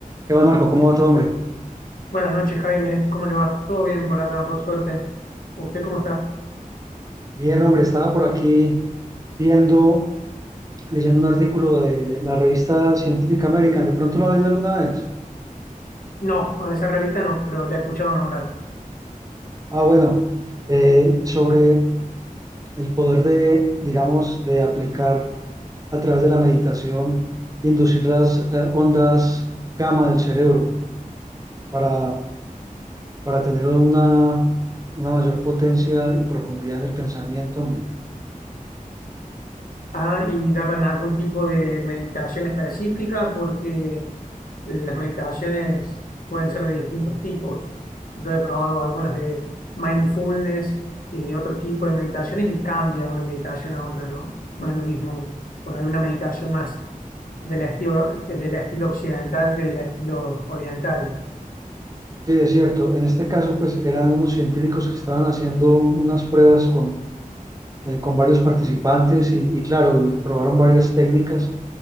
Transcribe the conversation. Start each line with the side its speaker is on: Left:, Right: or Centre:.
Right: ¿Qué más, Marco? ¿Cómo va todo, hombre?
Left: Buenas noches, Jaime. ¿Cómo le va? Todo bien por acá, por suerte. ¿Usted cómo está?
Right: Bien, hombre, estaba por aquí viendo, leyendo un artículo de la revista Scientific American. ¿De pronto lo has leído alguna vez?
Left: No, a esa revista no, pero la he escuchado nombrar.
Right: Ah, bueno, eh, sobre el poder de, digamos, de aplicar a través de la meditación, inducir las eh, ondas gamma del cerebro para, para tener una, una mayor potencia y profundidad en el pensamiento, hombre.
Left: Ah, y daban algún tipo de meditación específica porque las meditaciones pueden ser de distintos tipos. Yo he probado algunas de mindfulness y de otro tipo de meditaciones y cambia una meditación a otra, ¿no? No es lo mismo. Por ahí una meditación más del estilo, del estilo occidental que del estilo oriental.
Right: Sí, es cierto. En este caso, pues eran unos científicos que estaban haciendo unas pruebas con, eh, con varios participantes y, y, claro, y probaron varias técnicas,